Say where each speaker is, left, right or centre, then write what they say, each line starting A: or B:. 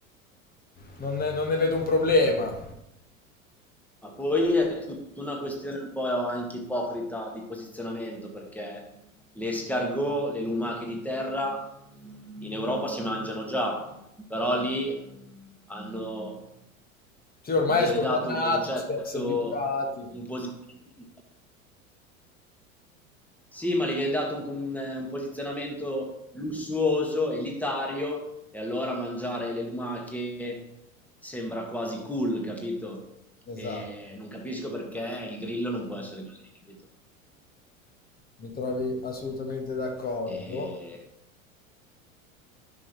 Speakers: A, on the left (about 20°); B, in the centre.
A: non ne non ne vedo un problema.
B: Ma poi è tutta una questione un po' anche ipocrita di posizionamento, perché le escargot, le lumache di terra in Europa si mangiano già, però lì hanno-
A: Sì, ormai
B: gli viene
A: è sdoganato,
B: dato un concetto,
A: ci si è abituati.
B: un posizionamento Sì, ma gli viene dato un, un- eh, un posizionamento lussuoso, elitario, e allora mangiare le lumache sembra quasi cool, capito? E
A: Esatto,
B: non capisco perché il grillo non può essere così, capito?
A: mi trovi assolutamente d'accordo.
B: E...